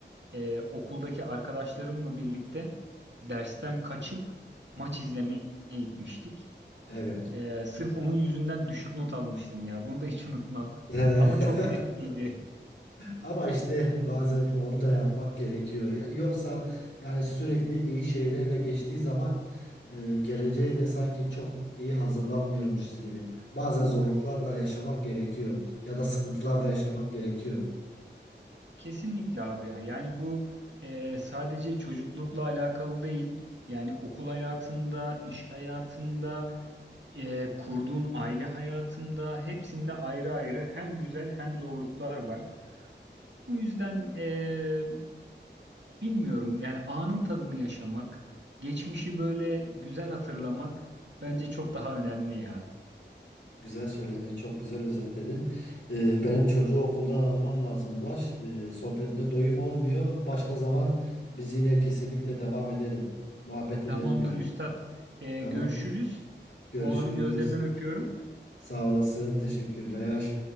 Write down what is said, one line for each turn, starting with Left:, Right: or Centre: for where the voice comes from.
Right: Ee, okuldaki arkadaşlarımla birlikte dersten kaçıp maç izlemeye gitmiştik.
Left: Evet.
Right: Ee, sırf onun yüzünden düşük not almıştım ya. Bunu da hiç unutmam.
Left: <laughs>
Right: Ama çok zevkliydi.
Left: Ama işte bazen onu da yapmak gerekiyor. Ya- Yoksa yani sürekli iyi şeylerle geçtiği zaman e, geleceğe de sanki çok iyi hazırlanmıyormuşuz gibi. Bazen zorluklar da yaşamak gerekiyor ya da sıkıntılar da yaşamak gerekiyor.
Right: Kesinlikle abi ya. Yani bu e, sadece çocuklukla alakalı değil. Yani okul hayatında, iş hayatında, e, kurduğun aile hayatında hepsinde ayrı ayrı hem güzel hem zorluklar var. Bu yüzden e, bilmiyorum yani anın tadını yaşamak, geçmişi böyle güzel hatırlamak bence çok daha önemli ya.
Left: Güzel söyledin, çok güzel özetledin. Ee, benim çocuğu okuldan almam lazım Ulaş. Ee, sohbetine doyum olmuyor. Başka zaman biz yine kesinlikle devam edelim. Muhabbet edelim
Right: Tamamdır
Left: yani.
Right: üstad. E,
Left: Tamam,
Right: görüşürüz.
Left: görüşürüz.
Right: Oğlanın gözlerinden öpüyorum.
Left: Sağ olasın. Teşekkürler.